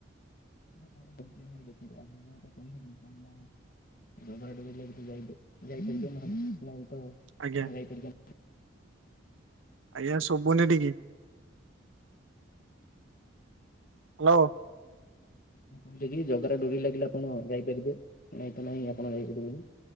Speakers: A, on the left; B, on the right.
A: <unintelligible> <unintelligible> ଆପଣ ଯାଇଥିଲେ।
B: ଆଜ୍ଞା ଆଜ୍ଞା ଶୁଭୁନି ଟିକେ। ହ୍ୟାଲୋ।
A: ମୁଁ କହିଲି କି ଜଗାର ଡୋରି ଲାଗିଲା ଆପଣ ଯାଇପାରିବେ। ନାଇଁ ତ ନାହିଁ ଆପଣ ଯାଇପାରିବେନି।